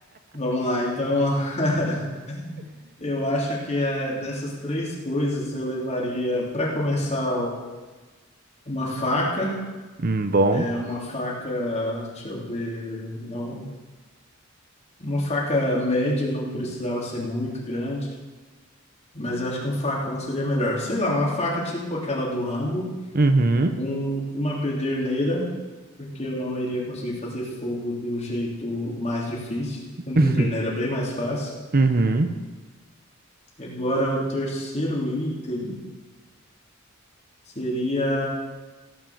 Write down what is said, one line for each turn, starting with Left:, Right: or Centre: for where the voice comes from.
Left: Vamos lá, então. <laughs> Eu acho que é, dessas três coisas eu levaria, para começar. Uma faca,
Right: hum, bom.
Left: é uma faca, deixa eu ver, não, uma faca média não precisava ser muito grande, mas acho que um facão seria melhor. Sei lá, uma faca tipo aquela do Rambo,
Right: Uhum.
Left: um, uma pederneira, porque eu não iria conseguir fazer fogo do jeito mais difícil.
Right: <laughs>
Left: Com pederneira é bem mais fácil.
Right: Uhum.
Left: Agora o terceiro item seria